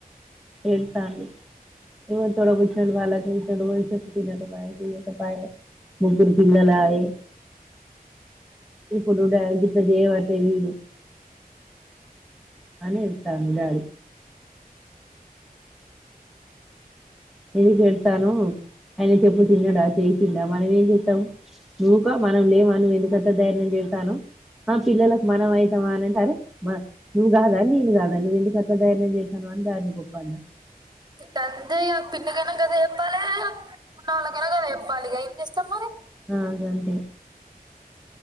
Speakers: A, in the centre; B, on the right (about 25°).
A: ఏడతాడు ఎవడు తోడు కూర్చొని వాళ్ల తడు చొప్పితే వినడు వినకపోయాయి ముగ్గురు పిల్లలు ఆయె ఇప్పుడు <unintelligible> చేయమంటే వీడు అనే ఎస్తా మీ డాడీ <unintelligible> చెప్పను ఆయన చెప్పు తిన్నాడా చేసిడా మనం ఏం చేస్తాం నువ్వుక మనం లేవా నువ్వు ఎందుకంటా ధైర్యం చేయ తిట్టాను ఆ పిల్లలకు మనం అవుతామా అనింట అరే నువ్వు కాదా నేను కాదా నువ్వు ఎందుకు అత్త ధైర్యం చేసాను <unintelligible>
B: ఇప్పు అంతే పింకైనా కద చెప్పాలి ఉన్నవాళ్ళకైనా కదా చెప్పాలి ఇక ఏం చేస్తాం మరి
A: హా గంతే